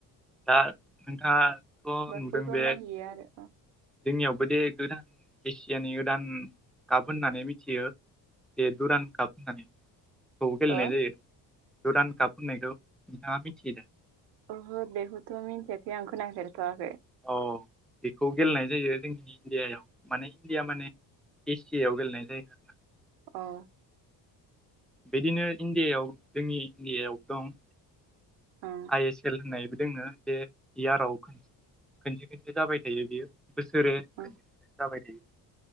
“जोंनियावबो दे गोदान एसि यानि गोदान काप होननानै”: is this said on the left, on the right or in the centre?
Centre